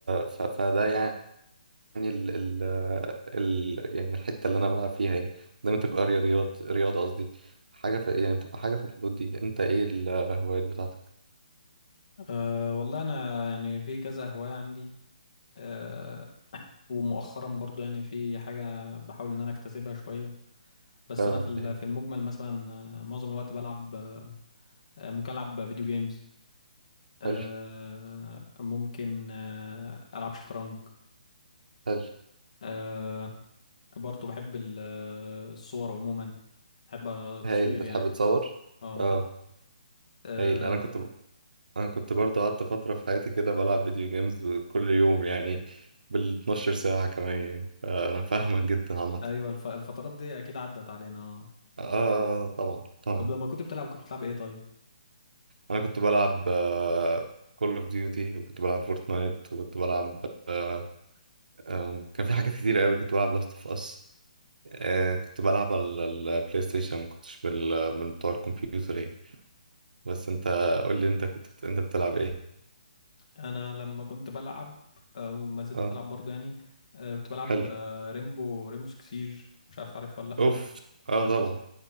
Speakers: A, on the right (about 90°); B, on the left (about 50°).
A: ف... فده يعني ال... ال... ال... يعني الحته اللي انا بلعب فيها يعني دايما تبقى رياضيات رياضه قصدي حاجه في... يعني تبقى حاجه في الحدود دي انت ايه الهوايات بتاعتك
B: أه والله انا يعني في كذا هواية عندي أه ومؤخرا برضو يعني في حاجة بحاول ان انا اكتسبها شوية بس
A: اه
B: انا في ال-
A: إيه.
B: في المجمل مثلا آه، معظم الوقت بلعب آه، آه، ممكن العب فيديو جيمز أه
A: حلو
B: ممكن آه، العب شطرنج
A: حلو
B: أه برضه بحب ال- آه، الصور عموما بحب التصوير
A: هايل بتحب
B: يعني
A: تصور
B: اه
A: اه
B: آه،
A: هايل انا كنت انا كنت برضو قعدت فترة في حياتي كده بلعب فيديو جيمز كل يوم يعني بال 12 ساعة كمان يعني فانا فاهمك جدا عامة
B: ايوه الف... الفترات دي اكيد عدت علينا آه.
A: آه, آه, آه آه، طبعا طبعا
B: طب لما كنت بتلعب كنت بتلعب ايه طيب
A: انا كنت بلعب كول اوف ديوتي وكنت بلعب فورتنايت وكنت بلعب آه آه كان في حاجات كتير قوي كنت بلعب لاست اوف اس آه كنت بلعب على البلاي ستيشن ما كنتش بال من بتوع الكمبيوتر يعني بس انت قول لي انت كنت انت بتلعب ايه
B: انا لما كنت بلعب او ما زلت
A: اه
B: بلعب برضه يعني أه كنت بلعب
A: حلو
B: أه ريمبو ريمبو سكسيج مش عارف عارف ولا
A: اوف
B: لا
A: اه طبعا